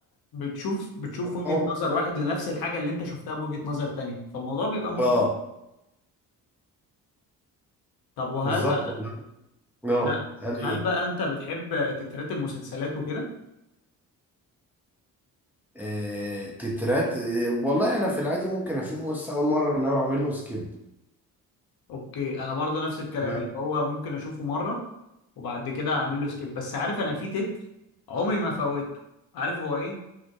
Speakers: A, on the left (about 50°); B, in the centre.
A: بتشوف بتشوف
B: هتحاول
A: وجهة نظر واحد لنفس الحاجة اللي انت شفتها بوجهة نظر تانية فالموضوع بيبقى ممتع
B: اه
A: طب وهل
B: بالظبط
A: بقى
B: اه
A: هل,
B: هل ايه
A: هل بقى انت بتحب تترتب مسلسلات وكده
B: آه، تترات آه، والله انا في العادي ممكن اشوفه بس اول مره ان انا بعمل له سكيب
A: اوكي انا برضو نفس الكلام
B: لا
A: اللي هو ممكن اشوفه مرة وبعد كده اعمل له سكيب بس عارف انا في تتر عمري ما فوتته عارف هو ايه